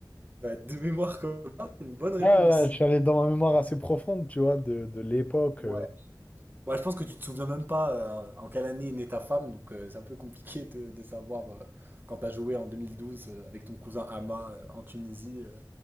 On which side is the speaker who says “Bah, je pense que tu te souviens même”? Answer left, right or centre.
Right